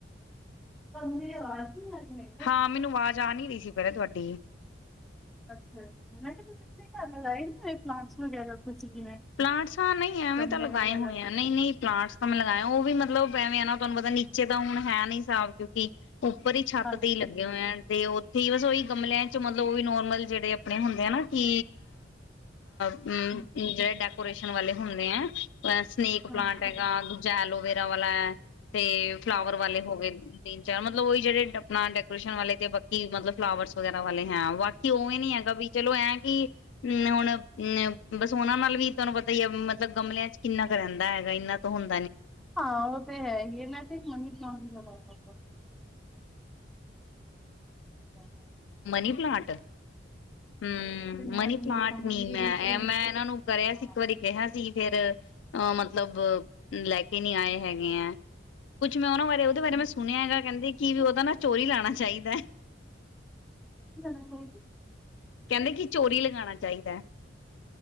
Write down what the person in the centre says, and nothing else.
<unintelligible> ਆਵਾਜ਼ ਨਹੀਂ ਆ ਰਹੀ ਮੈਂ ਕਿਹਾ
ਅੱਛਾ ਮੈਂ ਕਿਹਾ ਤੁਸੀਂ ਆਪਣੇ ਘਰ ਲਗਾਏ ਨਹੀ ਹੋਏ ਪਲਾਂਟਸ ਵਗੈਰਾ ਕੁਛ। ਜਿਵੇਂ
ਗਮਲੇ
ਵਗੈਰਾ
ਹਾਂਜੀ
ਹਾਂਜੀ
ਹਾਂਜੀ
ਆਓ ਤੇ ਹੈ ਮੈਂ ਤੇ ਇਕ ਮਨੀ ਪਲਾਂਟ ਲਗਵਾ <unintelligible>
ਤੇ ਮੈਂ
ਆਪਣੇ
ਕਮਰੇ
ਦੇ
ਵਿੱਚ
ਹਾਂ
<unintelligible>